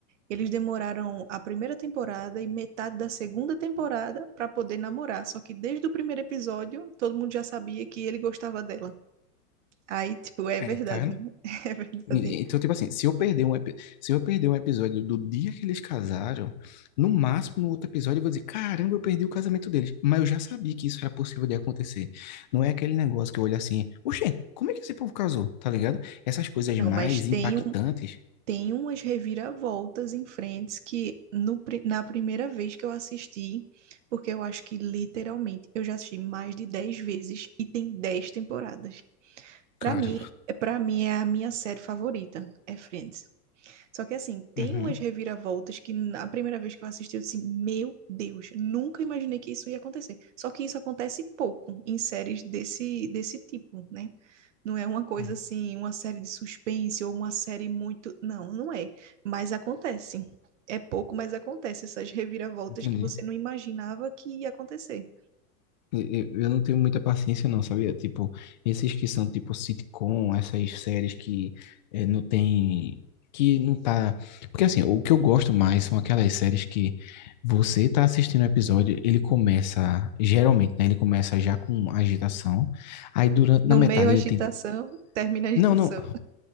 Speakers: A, on the right (about 50°); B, on the left (about 30°).
A: Eles demoraram a primeira temporada e metade da segunda temporada para poder namorar. Só que desde o primeiro episódio, todo mundo já sabia que ele gostava dela. Aí, tipo, é
B: É,
A: verdade.
B: tá
A: <laughs> É verdade.
B: E- Então, tipo assim, se eu perder um, epi- se eu perder um episódio do dia que eles casaram, no máximo no outro episódio eu vou dizer, caramba, eu perdi o casamento deles. Mas eu já sabia que isso era possível de acontecer. Não é aquele negócio que eu olho assim, oxê, como é que esse povo casou? Tá ligado? Essas coisas
A: Não,
B: mais
A: mas tem
B: impactantes,
A: um. tem umas reviravoltas em frentes que no, pri- na primeira vez que eu assisti, porque eu acho que literalmente eu já assisti mais de 10 vezes e tem 10 temporadas. Pra
B: cara.
A: mim, é para mim é a minha série favorita, é Friends. Só que assim, tem
B: Uhum,
A: umas reviravoltas que na primeira vez que eu assisti, eu disse, assim, meu Deus, nunca imaginei que isso ia acontecer. Só que isso acontece pouco em séries desse, desse tipo, né? Não é uma coisa
B: Uhum.
A: assim, uma série de suspense ou uma série muito. Não, não é. Mas acontece. É pouco, mas acontece essas reviravoltas
B: entendi.
A: que você não imaginava que ia acontecer.
B: Eu eu não tenho muita paciência, não, sabia? Tipo, esses que são tipo sitcom, essas séries que eh, não tem. Que não tá. Porque assim, o que eu gosto mais são aquelas séries que você tá assistindo o episódio, ele começa, geralmente, né? Ele começa já com agitação. Aí durante,
A: No
B: na metade
A: meio, a agitação,
B: ele tem.
A: termina a agitação.
B: Não, não.